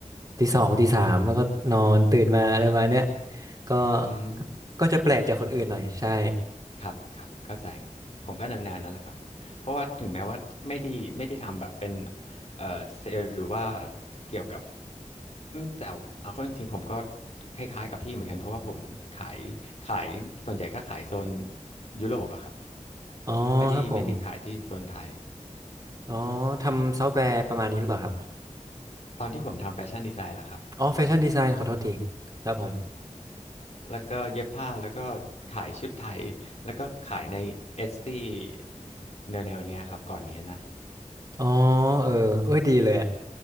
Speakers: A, on the right (about 30°); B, on the left (about 55°).
A: ตีสองตีสามแล้วก็นอนตื่นมาอะไรประมาณเนี้ยก็
B: อืม
A: ก็จะแปลกจากคนอื่นหน่อยใช่
B: ครับครับเข้าใจผมก็แนวๆนั้นแหละครับเพราะว่าถึงแม้ว่าไม่ได้ไม่ได้ทำแบบเป็นเอ่อเซลล์หรือว่าเกี่ยวกับอืมแต่เอาเอาเข้าจริงๆผมก็คล้ายๆกับพี่เหมือนกันเพราะว่าผมขายขายส่วนใหญ่ก็ขายโซนยุโรปอะครับ
A: อ๋อครับผม
B: ไม่ได้ไม่ได้ขายที่โซนไทย
A: อ๋อทำซอฟต์แวร์ประมาณนี้หรือเปล่าครับ
B: ตอนที่ผมทำแฟชั่นดีไซน์ล่ะครับ
A: อ๋อแฟชั่นดีไซน์ขอโทษทีครับผม
B: แล้วก็เย็บผ้าแล้วก็ขายชุดไทยแล้วก็ขายในเอสตี้แนวแนวเนี้ยครับก่อนเนี้ยนะ
A: อ๋อเออเอ้ยดีเลยอ่ะ